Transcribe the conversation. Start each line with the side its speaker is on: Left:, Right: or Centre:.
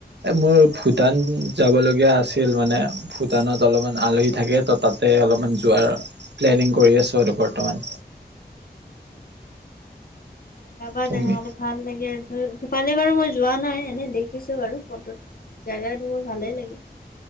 Right: মোৰ ভূটান যাবলগীয়া আছিল মানে ভূটানত অলপমান আলহী থাকে ত তাতে অলপমান যোৱাৰ প্লেনিং কৰি আছোঁ আৰু বৰ্তমান
Left: যাবা
Right: তুমি
Left: তেনেহলে ভাল লাগে ধ ফালে বাৰু মই যোৱা নাই এনে দেখিছো বাৰু ফটোত জেগাটো ভালেই লাগে।